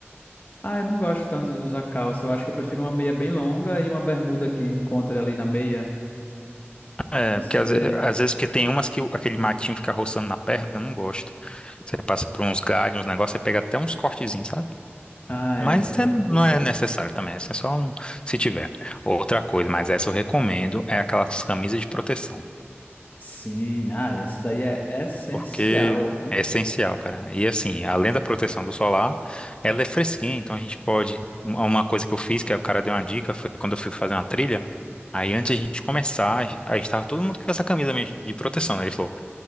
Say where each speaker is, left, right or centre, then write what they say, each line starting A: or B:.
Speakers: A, on the left (about 40°); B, on the left (about 20°).
A: Ah, eu não gosto tanto de usar calça. Eu acho que eu prefiro uma meia bem longa e uma bermuda que encontra ali na meia.
B: é,
A: Não sei.
B: porque às, ve- às vezes porque tem umas que o- aquele matinho fica roçando na perna, eu não gosto. Você passa por uns galhos, uns negócios, você pega até uns cortezinhos, sabe?
A: Ah, é,
B: Mas
A: pode
B: é- não
A: acontecer.
B: é necessário também, assim, é só um, se tiver. Outra coisa, mas essa eu recomendo, é aquelas camisas de proteção.
A: Sim, ah, e essa daí é essencial,
B: porque
A: viu?
B: é essencial, cara. E assim, além da proteção do solar, ela é fresquinha, então a gente pode. Uma coisa que eu fiz, que o cara deu uma dica, foi quando eu fui fazer uma trilha. Aí antes a gente começar, aí estava todo mundo com essa camisa mesmo de proteção, né? Ele falou,